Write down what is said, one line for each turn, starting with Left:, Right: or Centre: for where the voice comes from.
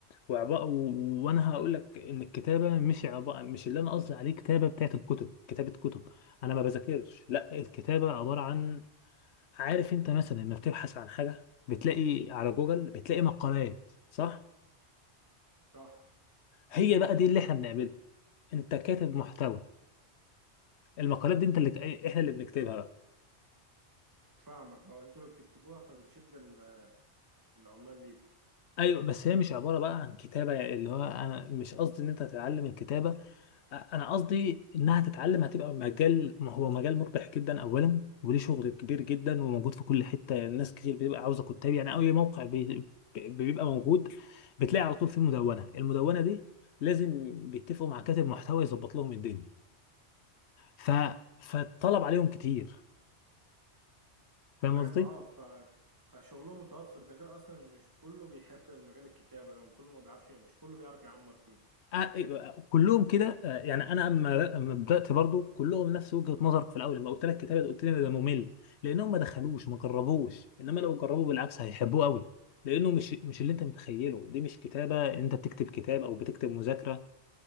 Left: وعبارة و... وانا هقول لك ان الكتابه مش عبارة مش اللي انا قصدي عليه كتابه بتاعت الكتب كتابه كتب انا ما بذاكرش لا الكتابه عباره عن عارف انت مثلا لما بتبحث عن حاجه بتلاقي على جوجل بتلاقي مقالات صح
Right: صح
Left: هي بقى دي اللي احنا بنعمله انت كاتب محتوى المقالات دي انت اللي احنا اللي بنكتبها بقى
Right: فاهمك اه انتوا اللي بتكتبوها فبتشد ال- العمال ليكم
Left: ايوه بس هي مش عباره بقى عن كتابه يعني اللي هو انا مش قصدي ان انت تتعلم الكتابه انا قصدي انها تتعلم هتبقى مجال ما هو مجال مربح جدا اولا وليه شغل كبير جدا وموجود في كل حته الناس كتير بتبقى عاوزه كتاب يعني اي موقع بي- بيبقى موجود بتلاقي على طول فيه مدونه المدونه دي لازم بيتفقوا مع كاتب محتوى يظبط لهم الدنيا ف فالطلب عليهم كتير فاهم
Right: تمام
Left: قصدي
Right: اه ف فشغلهم متوفر ده غير اصلا ان مش كله بيحب المجال الكتابة ده وكله ما بيعرفش مش كله بيعرف يعمر فيه
Left: آه، آه، كلهم كده آه، يعني انا اما أما بدات برضو كلهم نفس وجهه نظرك في الاول لما قلت لك كتابه قلت لي إن ده ممل لانهم ما دخلوش ما جربوش انما لو جربوا بالعكس هيحبوه قوي لانه مش مش اللي انت متخيله دي مش كتابه انت بتكتب كتاب او بتكتب مذاكره